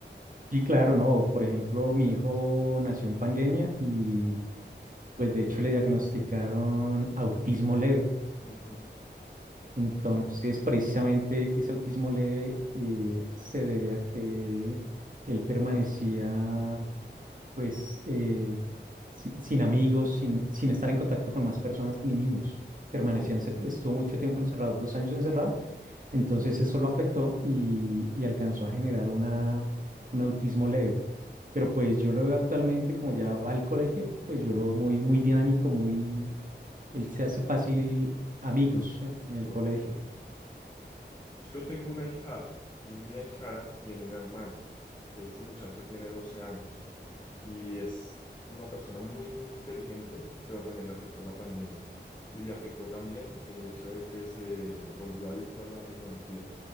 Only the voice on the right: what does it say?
sí claro, no, por ejemplo, mi hijo nació en pandemia y pues de hecho le diagnosticaron autismo leve.
Entonces, precisamente ese autismo leve eh, se debe a que él permanecía pues eh, si- sin amigos, sin, sin estar en contacto con más personas ni niños. Permanecía,
ence- estuvo mucho tiempo encerrado, dos años encerrado, entonces eso lo afectó y, y alcanzó a generar una, un autismo leve. Pero pues yo lo veo actualmente, como ya va al colegio, pues yo lo veo muy, muy dinámico, muy, él se hace fácil amigos en en el
colegio.